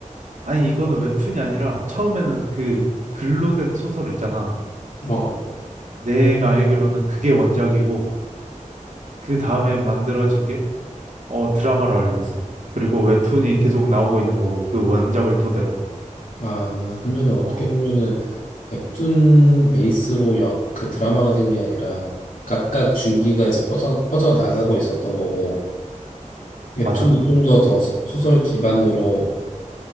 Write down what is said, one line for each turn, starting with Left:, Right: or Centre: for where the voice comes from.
Right: 아니, 이거는 웹툰이 아니라 처음에는 그 글로 된 소설 있잖아.
Left: 어.
Right: 내가 알기로는 그게 원작이고, 그 다음에 만들어진 게 어, 드라마로 알고 있어. 그리고 웹툰이
Left: 음.
Right: 계속 나오고 있는 거고, 그 원작을 토대로.
Left: 아 그러면 어떻게
Right: 어,
Left: 보면은 웹툰 베이스로 여, 그 드라마가 된 게 아니라 각각 줄기가 이제 뻗어 뻗어 나가고 있었던 거고 웹툰이
Right: 맞아.
Left: 좀 더 더 소설 기반으로